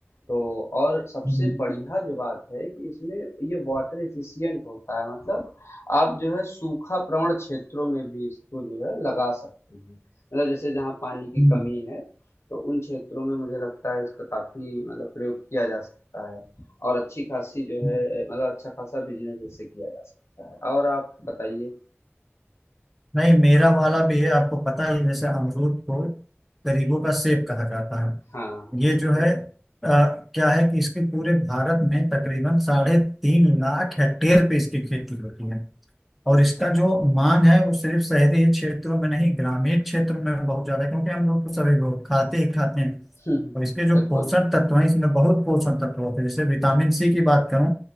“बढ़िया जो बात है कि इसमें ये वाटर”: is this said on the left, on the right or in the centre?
Left